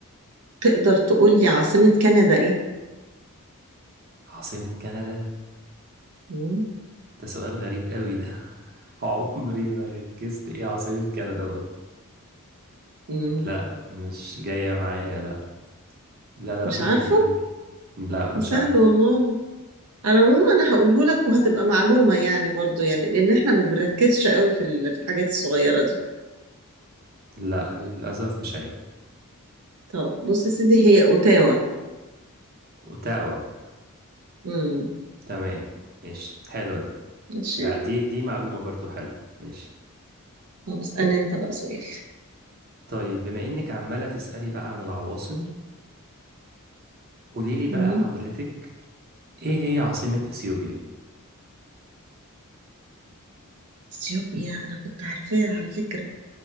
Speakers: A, on the right; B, on the right.
A: تقدر تقول لي عاصمة كندا إيه؟
B: عاصمة كندا
A: مم،
B: ده سؤال غريب قوي ده <laughs> عمري ما ركزت ايه عاصمة كندا برضه
A: مم،
B: لا مش جاية معايا لا لا لا
A: مش
B: قولي
A: عارفة
B: لي قولي لي لا مش
A: سهل
B: عارف
A: والله على العموم أنا هقوله لك وهتبقى معلومة يعني برضو يعني لأن إحنا ما بنركزش قوي في ال- في الحاجات الصغيرة دي
B: لا للأسف مش عارف
A: طب بص يا سيدي هي أوتاوا
B: اوتاوا
A: مم،
B: تمام ماشي حلوة دي
A: ماشي
B: لا دي دي معلومة برضه حلوة ماشي
A: طب اسألني انت بقى سؤال
B: طيب بما انك عمالة تسألي بقى عن العواصم قولي لي بقى
A: مم.
B: حضرتك ايه هي عاصمة اثيوبيا
A: اثيوبيا انا كنت عارفاها على فكرة